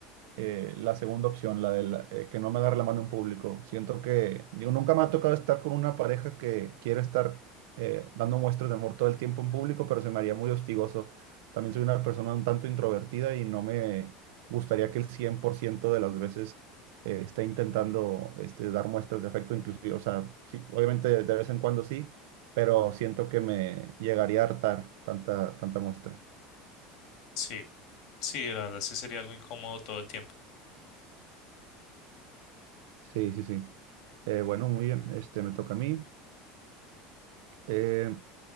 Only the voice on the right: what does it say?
eh, la segunda opción, la de la- eh, que no me agarre la mano en público. Siento que, digo, nunca me ha tocado estar con una pareja que quiere estar eh, dando muestras de amor todo el tiempo en público, pero se me haría muy hostigoso. También soy una persona un tanto introvertida y no me gustaría que el 100% de las veces eh, esté intentando este, dar muestras de afecto, inclusive, o sea, sí, obviamente de de vez en cuando sí, pero siento que me llegaría a hartar tanta, tanta muestra.
Sí, sí, sí. Eh, bueno, muy bien, este, me toca a mí. Eh,